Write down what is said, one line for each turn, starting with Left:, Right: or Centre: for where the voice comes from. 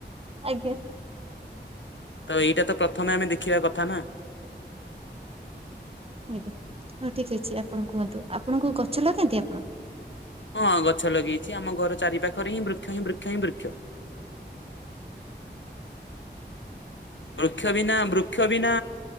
Right: ଆଜ୍ଞା।
Left: ତ ଏଇଟା ତ ପ୍ରଥମେ ଆମେ ଦେଖିବା କଥା ନା।
Right: ଆଜ୍ଞା ହଉ ଠିକ ଅଛି ଆପଣ କୁହନ୍ତୁ ଆପଣ କୋଉ ଗଛ ଲଗାନ୍ତି ଆପଣ?
Left: ହଁ ଗଛ ଲଗେଇଛି ଆମ ଘର ଚାରି ପାଖରେ ହିଁ ବୃକ୍ଷ ହିଁ ବୃକ୍ଷ ହିଁ ବୃକ୍ଷ। ବୃକ୍ଷ ବିନା ବୃକ୍ଷ ବିନା